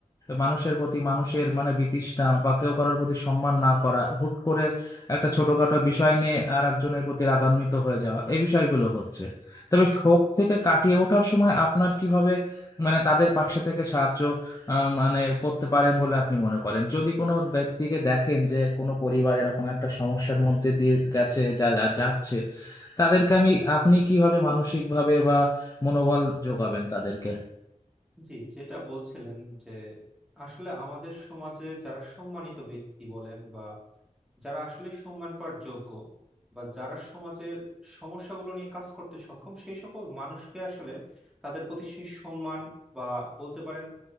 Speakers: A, on the left; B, in the centre.
A: মানুষের প্রতি মানুষের মানে বিতৃষ্ণা বা কেউ কারোর প্রতি সম্মান না করা হুট করে একটা ছোটখাটো বিষয় নিয়ে আর একজনের প্রতি রাগান্বিত হয়ে যাওয়া এই বিষয়গুলো হচ্ছে তবে শোক থেকে কাটিয়ে ওঠার সময় আপনার কিভাবে মানে তাদের পাশে থেকে সাহায্য আহ, মানে করতে পারেন বলে আপনি মনে করেন যদি কোনো ব্যক্তিকে দেখেন যে কোনো পরিবার এরকম একটা সমস্যার মধ্যে দিয়ে গেছে যা যা- যাচ্ছে তাদেরকে আমি আপনি কিভাবে মানসিক ভাবে বা মনোবল যোগাবেন তাদেরকে
B: জি যেটা বলছিলেন যে আসলে আমাদের সমাজে যারা সম্মানিত ব্যক্তি বলেন বা যারা আসলে সম্মান পাওয়ার যোগ্য বা যারা সমাজের সমস্যাগুলো নিয়ে কাজ করতে সক্ষম সেই সকল মানুষকে আসলে তাদের প্রতি সেই সম্মান বা বলতে পারেন